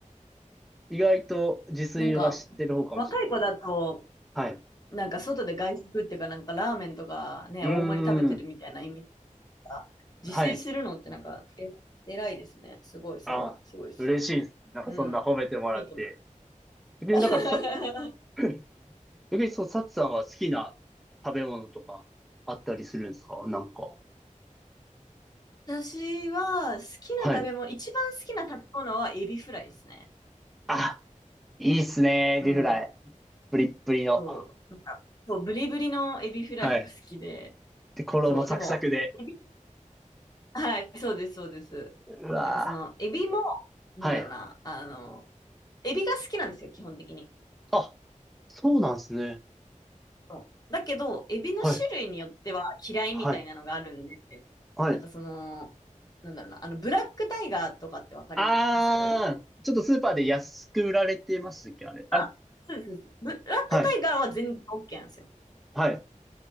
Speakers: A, in the centre; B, on the left.
A: 意外と自炊は知ってる方かもしれない。
B: なんか、若い子だと、
A: はい。う
B: なんか外で外食っていうか、なんかラーメンとかね、
A: ーん。
B: 大盛り食べてるみたいなイメージか自炊するのってなんか、
A: はい。
B: え、偉いですね。すごい、すごい、
A: あ、
B: すごいです。
A: 嬉しいです。なんかそんな褒めてもらって。
B: うん。いいと思います。
A: 逆になんかさ、
B: <laughs>
A: <clears throat> 逆にそう、サチさんは好きな食べ物とかあったりするんですかなんか。
B: 私は好きな食べ物、
A: はい。
B: 一番好きな食べ物はエビフライですね。
A: あ、いいっすね、エビフライ。
B: うん。
A: プリップリの。
B: そう。なんか、そう、ブリブリのエビフライが好きで、
A: はい。で、衣サクサクで。
B: そう、でも、エビはい、そうです、そうです。
A: うわぁ
B: なんかその、エビも、なんだろうな、
A: はい。
B: あの、エビが好きなんですよ、基本的に。
A: あ、そうなんですね。
B: そうだけど、エビの種類によっては嫌いみたいなのがあるんで、
A: はい、はい、はい、
B: なんかその、なんだろうな、あの、ブラックタイガーとかってわかります
A: あー、ちょっとスーパーで安く売られてましたっけあれ。あれ、
B: あ、そうです。そうですブラックタイガーは全然
A: はい、
B: OK なんですよ。
A: はい、